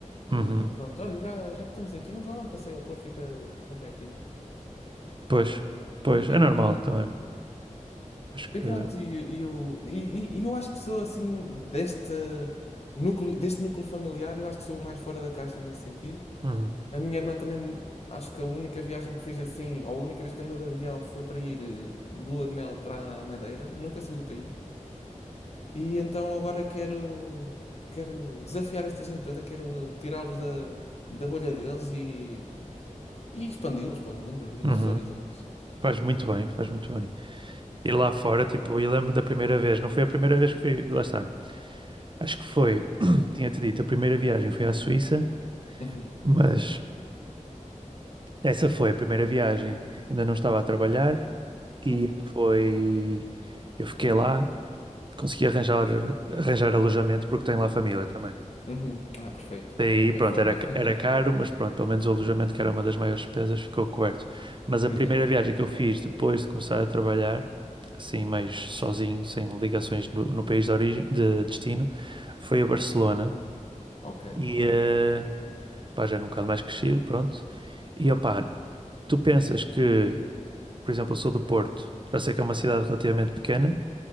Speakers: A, on the left (about 55°); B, on the right (about 40°).
A: e
B: Uhum.
A: pronto, olha, já, já que estamos aqui, vamos lá dar um passeio ao Porto, fica tão pertinho.
B: Pois, pois,
A: E,
B: é normal também. Acho que
A: e pronto, e, e eu, e, e- e eu acho que sou assim, deste núcleo, deste núcleo familiar, eu acho que sou o mais fora da caixa nesse sentido.
B: uhum.
A: A minha irmã também, acho que a única viagem que fez assim, ou a única vez que andou de avião foi para ir eh, de lua de mel para a Madeira, nunca saiu do país. E então agora quero, quero desafiar esta gente toda, quero tirá-los da, da bolha deles e, e expandi-los para o mundo, abrir-lhes
B: Uhum.
A: os horizontes.
B: Faz muito bem, faz muito bem. E lá fora, tipo, eu lembro da primeira vez, não foi a primeira vez que fui, lá está. Acho que foi, <clears throat> tinha-te dito, a primeira viagem foi à Suíça,
A: Uhum,
B: mas essa foi a primeira viagem. Ainda não estava a trabalhar, E
A: uhum,
B: foi. Eu fiquei lá, consegui arranjar, arranjar alojamento porque tenho lá família também.
A: uhum. Ah, perfeito.
B: Daí,
A: É a melhor
B: pronto,
A: forma.
B: era, ca-
A: <laughs>
B: era caro, mas pronto, pelo menos o alojamento, que era uma das maiores despesas, ficou coberto. Mas a
A: Exato.
B: primeira viagem que eu fiz depois de começar a trabalhar, assim, mais sozinho, sem ligações no, no país de origem, de destino, foi a Barcelona.
A: Ok.
B: E,
A: Amo.
B: eh, pá, já era um bocado mais crescido, pronto. E, opá, tu pensas que, por exemplo, eu sou do Porto, já sei que é uma cidade relativamente pequena,